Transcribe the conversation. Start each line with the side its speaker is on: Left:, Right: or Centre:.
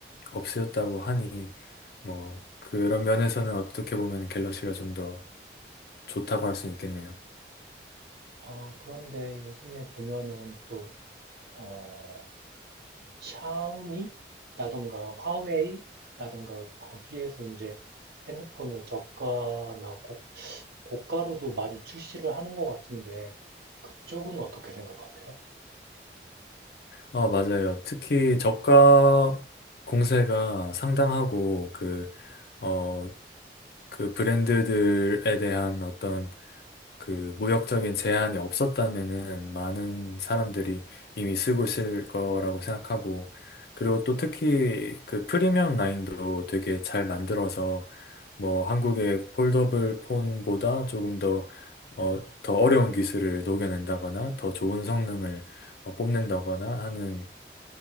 Left: 없으셨다고 하니, 뭐, 그런 면에서는 어떻게 보면 갤럭시가 좀 더 좋다고 할 수는 있겠네요.
Right: 아, 그런데 요즘에 보면은 또 어, 샤오미라던가 화웨이라던가 거기에서 이제 핸드폰을 저가나 고, 고가로도 많이 출시를 하는 것 같은데 그쪽은 어떻게 생각하세요?
Left: 어, 맞아요. 특히 저가 공세가 상당하고, 그, 어, 그 브랜드들에 대한 어떤 그 무역적인 제한이 없었다면은 많은 사람들이 이미 쓰고 있을 거라고 생각하고 그리고 또 특히 그 프리미엄 라인도 되게 잘 만들어서 뭐 한국의 폴더블 폰보다 조금 더, 어, 더 어려운 기술을 녹여낸다거나 더 좋은 성능을 어, 뽐낸다거나 하는